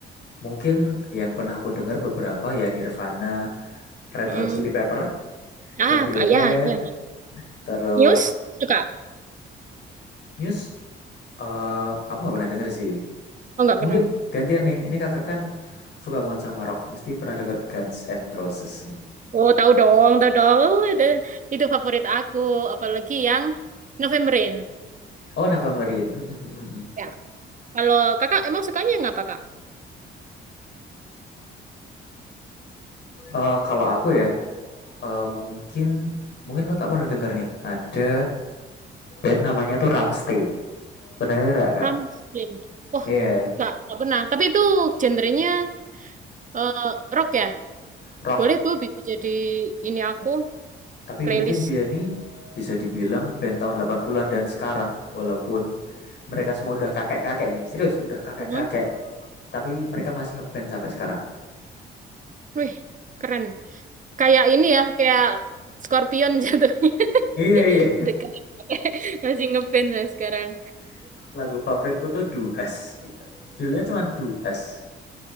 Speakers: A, on the left (about 60°); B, on the right (about 40°).
A: Mungkin yang pernah aku denger beberapa ya Nirvana, Red
B: Mm.
A: Hot Chili Pepper,
B: Ah,
A: Radiohead,
B: kayak itu.
A: terus
B: News suka?
A: Muse. eh aku nggak pernah denger sih.
B: Oh nggak
A: Mungkin
B: pernah.
A: gantian nih. Ini kakak kan suka banget sama rock. Mesti pernah denger Guns N' Roses nih.
B: Oh tahu dong, tahu dong. Oh, itu itu favorit aku, apalagi yang November Rain.
A: Oh, Nevermind. <laughs>
B: Ya. Kalau kakak emang sukanya yang apa kak?
A: Eh kalau aku ya, eh, mungkin mungkin kakak pernah denger nih. Ada band namanya tuh Rammstein. Pernah denger nggak kak?
B: Ramstein. Oh
A: Iya,
B: nggak nggak pernah. Tapi itu genrenya eh, rock ya.
A: Rock
B: Boleh tuh bisa jadi ini aku
A: Tapi
B: playlist.
A: mungkin dia nih bisa dibilang band tahun 80-an dan sekarang walaupun mereka semua udah kakek-kakek nih. Serius, udah kakek-kakek,
B: Mhm.
A: tapi mereka masih ngeband sampai sekarang.
B: Wih keren. Kayak ini ya, kayak Scorpion jatuhnya. <laughs>
A: Iya, iya.
B: Dekat. <laughs> Masih ngeband saya sekarang.
A: <laughs> Lagu favoritku tuh Duhas gitu. Judulnya cuma Duhas.